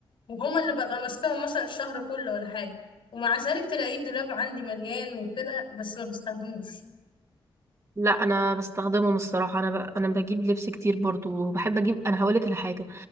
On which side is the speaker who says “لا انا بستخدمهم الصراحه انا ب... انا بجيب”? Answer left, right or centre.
Right